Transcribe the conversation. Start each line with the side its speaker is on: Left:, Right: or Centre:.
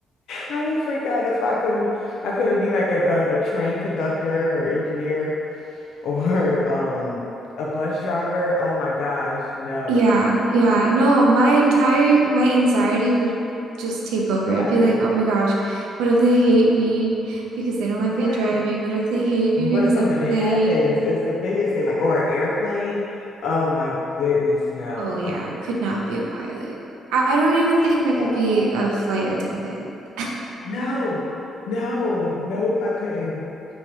Left: I will freak out. That's why I couldn't I couldn't be like a, a, a train conductor or engineer <laughs> or um a bus driver. Oh my gosh, no.
Right: Yeah, yeah. No, my entire my anxiety would just take over. I'd
Left: I couldn't.
Right: be like, "Oh my gosh, what if they hate me because they don't like
Left: Right.
Right: my driving? What if they hate me
Left: What
Right: because
Left: if something
Right: I'm
Left: happens?
Right: late?"
Left: It's the biggest thing, like, or an airplane. Oh my goodness, no.
Right: Oh yeah, could not be a pilot. I don't even think
Left: <laughs>
Right: I could
Left: At
Right: be
Left: all.
Right: a flight attendant. <laughs>
Left: No, no, no, I couldn't.